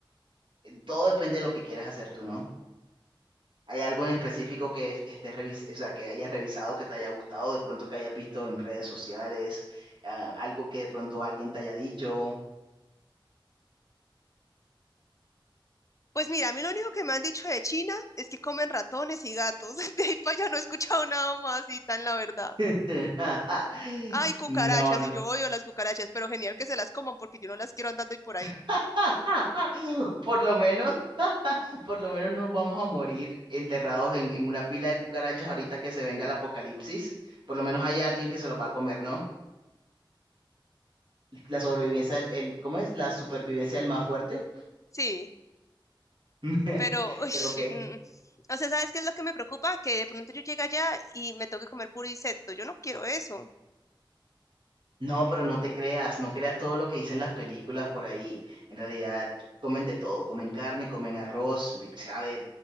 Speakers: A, on the right (about 65°); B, on the left (about 35°).
A: eh, todo depende de lo que quieras hacer tú, ¿no? ¿Hay algo en específico que es- estés revis- o sea, que hayas revisado, que te haya gustado, de pronto que hayas visto en redes sociales, ah, algo que de pronto alguien te haya dicho?
B: Pues mira, a mí lo único que me han dicho de China es que comen ratones y gatos. <laughs> De ahí para allá no he escuchado nada más, Itan, la verdad.
A: <laughs>
B: Ay, cucarachas,
A: No.
B: y yo odio las cucarachas, pero genial que se las coman porque yo no las quiero andando y por ahí.
A: <laughs> Por lo menos, por lo menos no nos vamos a morir enterrados en, en una pila de cucarachas ahorita que se venga el apocalipsis. Por lo menos hay alguien que se los va a comer, ¿no? La sobrevivencia, del- el, ¿cómo es? La supervivencia del más fuerte.
B: Sí,
A: <laughs>
B: pero, uy,
A: Creo que.
B: mm, o sea, ¿sabes qué es lo que me preocupa? Que de pronto yo llegue allá y me toque comer puro insecto. Yo no quiero eso.
A: No, pero no te creas, no creas todo lo que dicen las películas por ahí. En realidad comen de todo, comen carne, comen arroz. Mi- A ver,